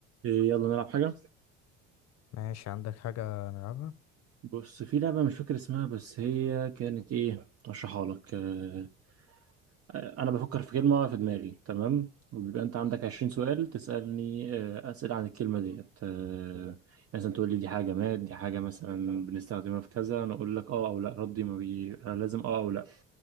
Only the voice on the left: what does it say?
ماشي عندك حاجة نلعبها